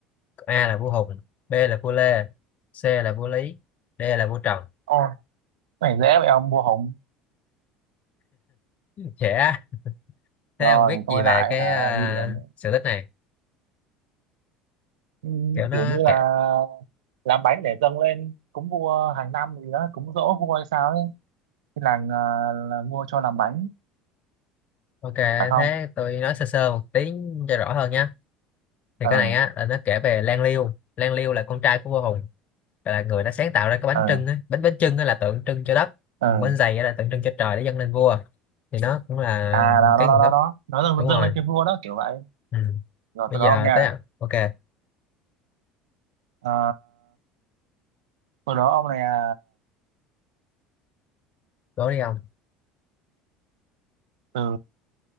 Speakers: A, on the left; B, on the right.
A: a là vua Hùng b là vua Lê c là vua Lý d là vua Trần
B: ôi cái này dễ vậy ông vua hùng
A: trẻ thế
B: rồi
A: ông biết gì
B: tôi
A: về
B: lại
A: cái
B: hả ghi điểm
A: uh, sự tích này
B: Ừm,
A: kiểu nó
B: kiểu như là
A: kệ
B: làm bánh để dâng lên cúng vua hàng năm gì đó cúng giỗ vua hay sao ấy cái làng ờ, là vua cho làm bánh
A: ok
B: phải không
A: thế tôi nói sơ sơ một tí cho rõ hơn nhé thì
B: ừ
A: cái này á là nó kể về Lan Liêu Lan Liêu là con trai của vua Hùng là người đã sáng tạo ra cái bánh
B: ừ
A: trưng á bánh bánh trưng á là tượng trưng cho đất
B: ừ
A: còn bánh dày á là tượng trưng cho trời để dâng lên vua thì nó cũng là
B: à đó
A: cái
B: đó đó
A: nguồn
B: đó
A: gốc
B: đó nó
A: đúng
B: dâng, dâng
A: rồi
B: lên cho vua đó kiểu vậy
A: ừ.
B: rồi
A: bây
B: từ đó
A: giờ
B: ông nha
A: tới à? ok
B: Ờ, từ đó ông này à,
A: đố đi ông
B: từ